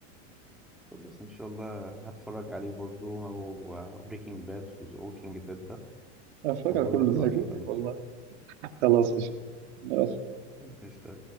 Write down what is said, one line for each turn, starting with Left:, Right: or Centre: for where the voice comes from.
Centre: خلاص ان شاء الله هتفرج عليه برضو هو بريكنج باد ووكينج ديد ده
Right: انا فاكر
Centre: وهقول
Right: كله
Centre: لك
Right: زي
Centre: رايي
Right: فوتك
Centre: بقى
Right: والله خلاص قشطه
Centre: قشطة قشطة.